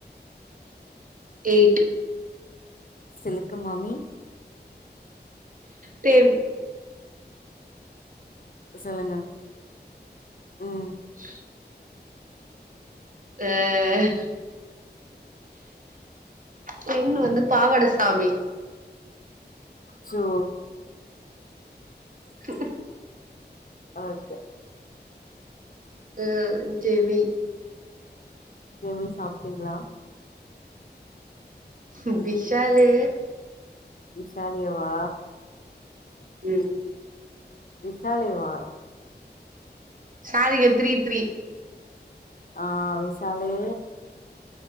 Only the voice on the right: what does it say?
eight
டெம்
<unintelligible> அ டென் வந்து பாவடசாமி
<unintelligible>
அது ஜெமி
ம் விஷாலு
ம்
சாரிங்க த்ரீ த்ரீ